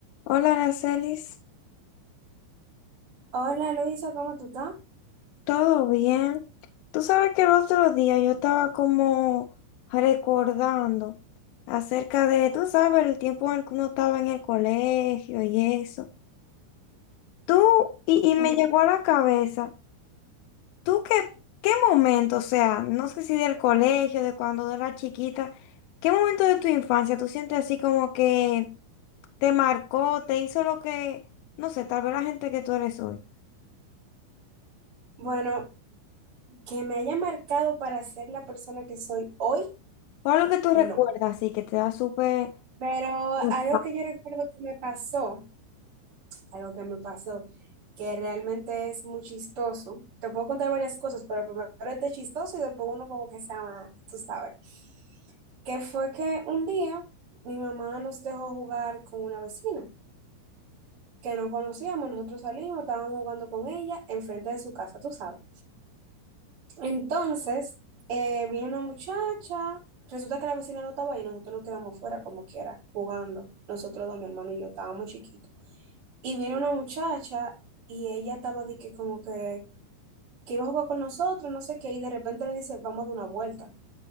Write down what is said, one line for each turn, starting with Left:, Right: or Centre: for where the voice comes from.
Left: Hola, Aracelis,
Right: Hola Luisa, ¿cómo tú estás?
Left: ¿todo bien? Tú sabes que el otro día yo estaba como recordando acerca de, tú sabes, el tiempo en el que uno estaba en el colegio y eso. Tú, y, y me
Right: Mm,
Left: llegó a la cabeza, ¿tú qué, qué momento, o sea, no sé si del colegio, de cuando era chiquita, qué momento de tu infancia tú sientes así como que te marcó, te hizo lo que, no sé, tal vez la gente que tú eres hoy?
Right: Bueno, que me haya marcado para ser la persona que soy hoy,
Left: ¿Cuál es lo que tú
Right: no.
Left: recuerdas así que te da súper
Right: Pero
Left: Los
Right: algo que yo recuerdo que me pasó, algo que me pasó, que realmente es muy chistoso. Te puedo contar varias cosas, pero primero este chistoso y después uno como que se llama, tú sabes. Que fue que un día mi mamá nos dejó jugar con una vecina que no conocíamos, nosotros salimos, estábamos jugando con ella enfrente de su casa, tú sabes. Entonces, eh, vino una muchacha, resulta que la vecina no estaba ahí, nosotros nos quedamos fuera como quiera, jugando. Nosotros dos, mi hermano y yo, estábamos chiquitos. Y vino una muchacha y ella estaba de que como que, que iba a jugar con nosotros, no sé qué, y de repente le dice, vamos a dar una vuelta,